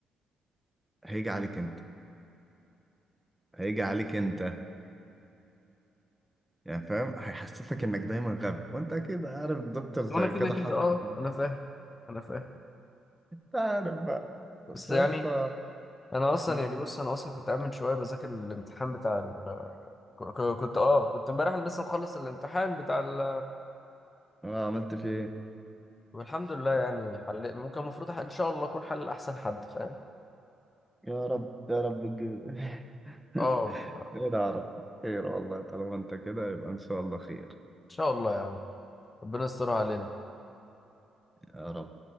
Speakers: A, in the centre; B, on the left.
A: هيجي عليك انت هيجي عليك انت يعني فاهم هيحسسك انك دايما غبي وانت اكيد عارف دكتور زي
B: وانا كده
A: كده
B: كده
A: حصل
B: اه انا فاهم انا فاهم
A: تعرف بقى طب
B: بس يعني
A: يا اسطى
B: انا اصلا
A: مم.
B: يعني بص انا اصلا كنت قاعد من شويه بذاكر الامتحان بتاع ال... ك- ك- كنت اه كنت امبارح لسه مخلص الامتحان بتاع ال...
A: آه، عملت فيه ايه
B: والحمد لله يعني حل ممكن المفروض أح- ان شاء الله اكون حل احسن حد فاهم
A: يا رب يا رب الج- <laughs>
B: اه ف- ان
A: خير يا رب <laughs> خير والله طالما انت كده يبقى ان شاء الله خير
B: شاء الله يا عم ربنا يستر علينا
A: يا رب